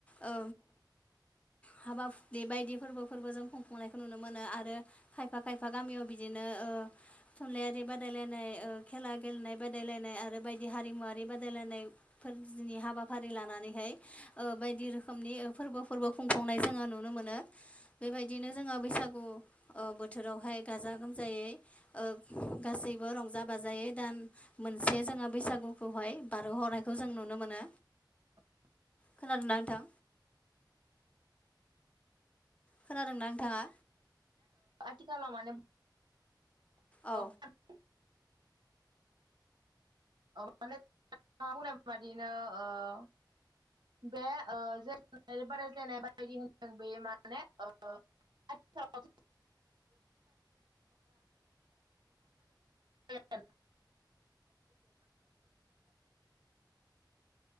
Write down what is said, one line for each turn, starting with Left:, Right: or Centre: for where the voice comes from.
Left: ओ हाबा हुदि बायदि फोरबोफोरबो जों खुंफुंनायखौ नुनो मोनो आरो खायफा खायफा खायफा गामियाव बिदिनो थुनलाइयारि बादायलायनाय ओ खेला गेलेनाय बादायलायनाय आरो बायदि हारिमुवारि बादायलायनायफोरनि हाबाफारि लानानैहाय ओ बायदि रोखोमनि फोरबो फोरबो खुंफुंनाय जोङो नुनो मोनो बेबायदिनो जोङो बैसागु बोथोरावहाय गाजा गोमजायै ओ गासैबो रंजा बाजायै दान मोनसे जोङो बैसागु खौहाय बारहोहरनायखौ जों नुनो मोनो
Right: <inaudible>
Left: खोनादोंना नोंथां खोनादोंना नोंथाङा
Right: आथिखालाव माने माने
Left: औ
Right: माने <unintelligible> बादिनो ओ बे <unintelligible> बादायज्लायनाय बायदि होनदों बेयो माने ओ आथिखालाव <unintelligible> <unintelligible> <unintelligible>